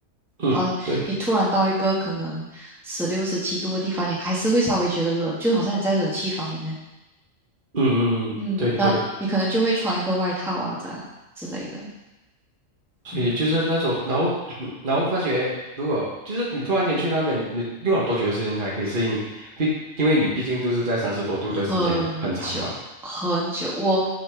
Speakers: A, on the right; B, in the centre.
A: 嗯，
B: 然后你突然到一个可能十六、
A: 对。
B: 十七度的地方，你还是会稍微觉得冷，就好像你在冷气房里面，
A: 嗯嗯嗯，
B: 嗯，
A: 对对，
B: 然后你可能就会穿一个外套啊，这样之类的。
A: 所以就是那种，
B: 嗯
A: 然后 <clears throat> 然后发觉，如果就是你突然间去那边，你用了多久的时间才可以适应？毕因为你毕竟都是在三十多度的时间很长嘛，
B: 很久很久，我